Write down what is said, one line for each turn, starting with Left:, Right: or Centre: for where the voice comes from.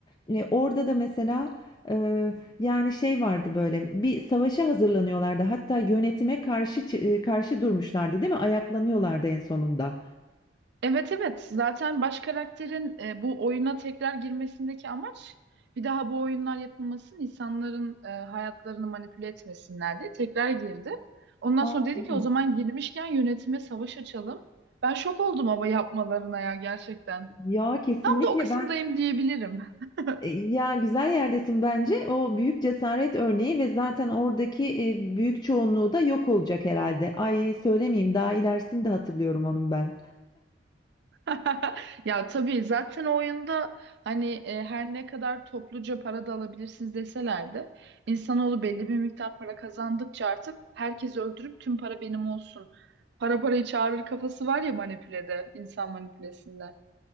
Left: e, orada da mesela e, yani şey vardı böyle bir savaşa hazırlanıyorlardı. Hatta yönetime karşı çı- e, karşı durmuşlardı, değil mi? Ayaklanıyorlardı en sonunda.
Right: Evet evet zaten baş karakterin e, bu oyuna tekrar girmesindeki amaç bir daha bu oyunlar yapılmasın insanların e, hayatlarını manipüle etmesinler diye tekrar girdi. Ondan
Left: Aa
Right: sonra dedi
Left: evet.
Right: ki o zaman girmişken yönetime savaş açalım. Ben şok oldum ama yapmalarına ya gerçekten.
Left: Ya kesinlikle
Right: Tam da o kısımdayım
Left: ben
Right: diyebilirim. <laughs>
Left: e, ya güzel yerdesin bence. O büyük cesaret örneği ve zaten oradaki e, büyük çoğunluğu da yok olacak herhalde. Ay söylemeyeyim daha ilerisini de hatırlıyorum onun ben.
Right: <laughs> Ya tabii zaten o oyunda hani e, her ne kadar topluca para da alabilirsiniz deseler de insanoğlu belli bir miktar para kazandıkça artık herkes öldürüp tüm para benim olsun. Para parayı çağırır kafası var ya manipülede, insan manipülesinde.